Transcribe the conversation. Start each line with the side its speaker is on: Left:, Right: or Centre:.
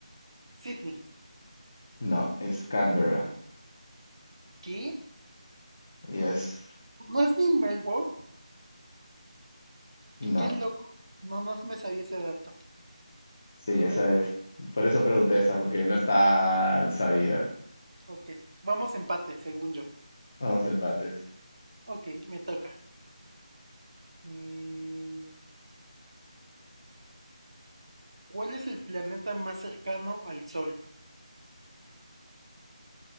Right: Sydney.
Left: No, es Canberra.
Right: ¿Qué?
Left: Y es.
Right: ¿No es ni Melbourne?
Left: No.
Right: ¿Qué, qué loco? No, no me sabía ese dato.
Left: Sí, esa
Right: Qué bueno.
Left: es. Por eso pregunté esa, porque no está sabida.
Right: Ok. Vamos empate, según yo.
Left: Vamos, empates.
Right: Ok, me toca. Mm, ¿Cuál es el planeta más cercano al Sol?